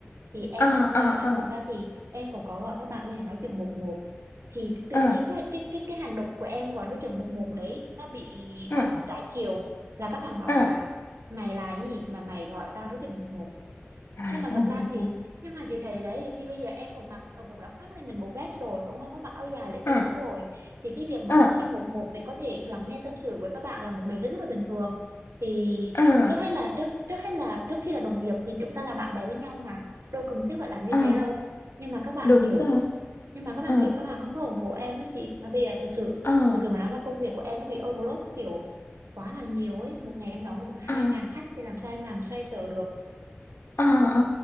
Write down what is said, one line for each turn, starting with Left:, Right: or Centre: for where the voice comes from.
Right: thì em
Left: à
Right: thật ra á,
Left: à
Right: thật ra thì em còn có gọi các bạn lên để nói chuyện một một thì tự
Left: à
Right: nhiên cái cái cái cái hành động của em gọi nói chuyện một một đấy nó bị
Left: à
Right: phản ứng trái chiều là các bạn bảo
Left: à
Right: là mày là gì mà mày gọi tao nói chuyện một một
Left: à <laughs>
Right: nhưng mà thật ra thì nhưng mà chị thấy đấy thì bây giờ em cũng mặc ờ, cũng đã khoác lên mình bộ vest rồi cũng không có mặc áo dài lễ tân
Left: à
Right: nữa rồi thì cái việc mà
Left: à
Right: coaching
Left: à
Right: một một để có thể lắng nghe tâm sự với các bạn là một điều hết sức là bình thường thì
Left: à
Right: trước hết là trước trước hết là trước khi là đồng nghiệp thì chúng ta là bạn bè với nhau mà đâu cần thiết phải làm như
Left: à
Right: thế đâu nhưng mà các bạn
Left: đúng
Right: kiểu
Left: rồi
Right: nhưng mà các bạn
Left: à
Right: kiểu các bạn không có ủng hộ em á chị mà bây giờ thực sự
Left: à
Right: thực sự mà nói là công việc của em nó bị overload kiểu quá là nhiều ấy một ngày em đón được tầm hai
Left: à.
Right: ngàn khách thì làm sao em làm xoay sở được
Left: Ờ, ờ.